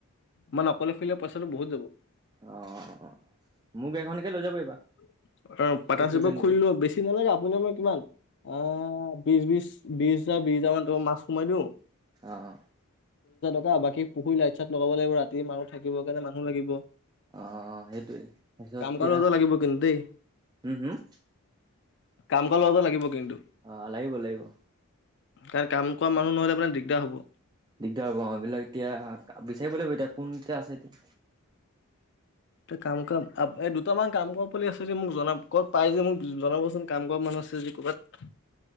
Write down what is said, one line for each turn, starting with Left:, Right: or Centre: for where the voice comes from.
Left: মানে অকলে খুলিলে পইচা টো বহুত যাব।
Right: অহ, মোৰ গাড়ী খনকে লৈ যাব পাৰিবা।
Left: <unintelligible> পাতনাৰশ্বিপত
Right: পুখুৰী কান্দিলে
Left: খোলি মোক বেছি নালাগে আপুনি মই কিমান আহ বিছ, বিছ, বিছ হাজাৰ বিছ হাজাৰ মান টকাৰ মাছ সোমাই দিওঁ
Right: অহ
Left: কা বাকী পুখুৰী লাইট- চাইট লগাব লাগিব ৰাতি মানুহ থাকিব কাৰণে মানুহ লাগিব।
Right: আহ, সেইটয়ে তাৰপিছত
Left: কাম
Right: এতিয়া
Left: কৰা ল'ৰা এটা লাগিব কিন্তু দেই
Right: হম-হম
Left: কাম কৰা ল'ৰাটো লাগিব কিন্তু।
Right: অহ, লাগিব -লাগিব।
Left: কাৰণ কাম কৰা মানুহ ন'হলে আপোনাৰ দিগদাৰ হ'ব।
Right: দিগদাৰ হ'ব অহ এইবিলাক এতিয়া বিচাৰিব লাগিব এতিয়া কোন কিয়া আছে এতিয়া।
Left: তে কাম কৰা আব এই দুটামান কাম কৰা পুলি আছে যদি মোক জনাব। ক'বাত পাই যদি মোক জনাবচোন কাম কৰা মানুহ আছে যদি ক'বাত।